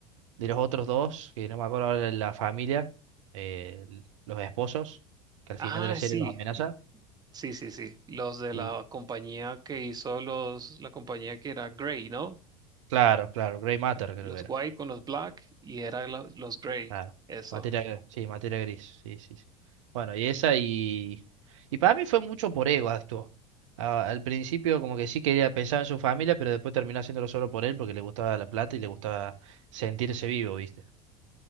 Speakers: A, on the right; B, on the right.
A: de los otros dos, que no me acuerdo ahora la familia, eh, los esposos, que al
B: Ah,
A: final de la serie
B: sí.
A: los amenaza.
B: Sí, sí, sí. Los de
A: Sí,
B: la compañía que hizo los, la compañía que era Grey, ¿no?
A: claro, claro, Grey Matter
B: Los
A: creo que era.
B: White con los Black y era la- los Grey.
A: Claro.
B: Eso.
A: Materia, gr- sí, materia gris, sí, sí. sí. Bueno, y esa y... Y para mí fue mucho por ego actuó. A- al principio como que sí quería pensar en su familia, pero después terminó haciéndolo solo por él porque le gustaba la plata y le gustaba sentirse vivo, ¿viste?